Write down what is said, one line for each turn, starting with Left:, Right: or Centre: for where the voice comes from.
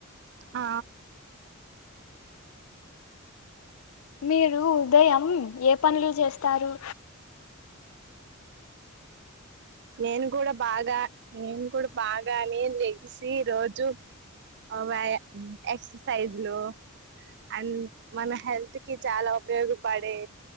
Right: ఆ
Left: మీరు ఉదయం ఏ పనులు చేస్తారు
Right: నేను కూడా బాగా నేను కూడా బాగానే లెగిసి రోజు అ వాయ ఎక్సర్ సైజ్ లు అండ్ మన హెల్త్ కి చాలా ఉపయోగపడే